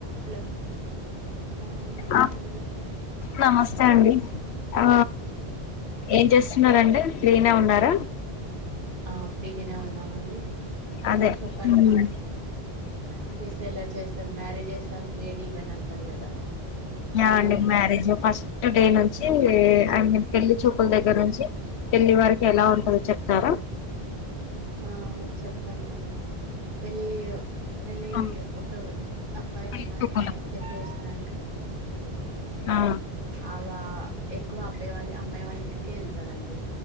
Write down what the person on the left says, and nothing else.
ఆ
నమస్తే అండి ఆ ఏం చేస్తున్నారండి ఫ్రీనె ఉన్నార
అదే
హుమ్
ఆ
అండి మ్యారేజ్ ఫస్ట్ డే నుంచి ఏం అయన్నీ పెళ్లి చూపుల దగ్గర నుంచి పెళ్ళి వరకి ఎలా ఉంటందో చెప్తారా
ఆ
పెళ్లి
చూపులు
ఆ